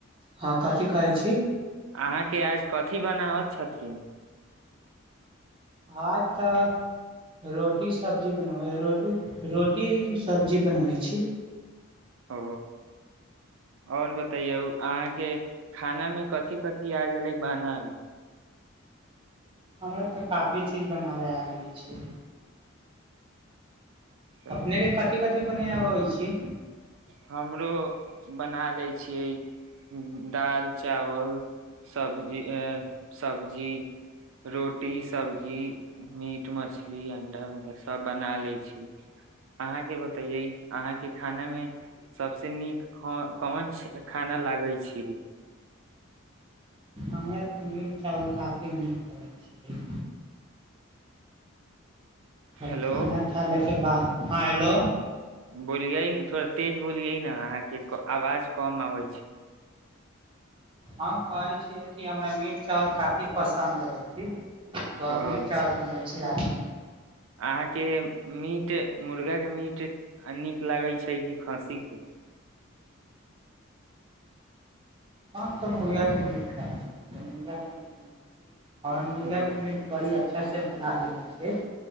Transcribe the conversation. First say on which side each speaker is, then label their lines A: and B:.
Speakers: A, on the right; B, on the right.
A: हँ कथी कहै छी
B: अहाँके आज क की बनाब छथि
A: आज तऽ रोटी सब्जी बनबै रोटी रोटी सब्जी बनबै छी
B: ओ आओर बतैयौ अहाँके खाना मे कथि कथि आ गेलै बना
A: हमरा तऽ काफी चीज बनाबय आब गेलै छै
B: चल
A: अपनेके कथि कथि बनाबबै छी
B: हमरो बना ले छियै दाल चावल सब्जी सब्जी रोटी सब्जी मीट मछली अंडा उंडा सब बना ले छी अहाँके बतैे अहाँके खाना मे सबस नीक कोन खाना लागै छी
A: हमे तऽ मीट चाावल काफी नीक लगै छैै आओर
B: हेलो
A: खाना खालय के बाद हँ हेलो
B: बोलिय न थोड़ा तेज बोलियै न अहाँके आवाज कम आबै छै
A: हम कहै छियै कि हमरा मीट चावल काफी पसन्द लगै छै त
B: ओ
A: मिर
B: अच्छा
A: अचार बनैबै छी राति मे
B: अहाँके मीट मुर्गाके मीट नीक लागैत छै कि खाँसीके
A: हम तऽ मुर्गाके मीट खाइत छीयै तऽ मुर्गाके मीट बनल छी हँ मुर्गा
B: एगो
A: कें मीट बढ़ी अच्छा कैसे बना लेने छियै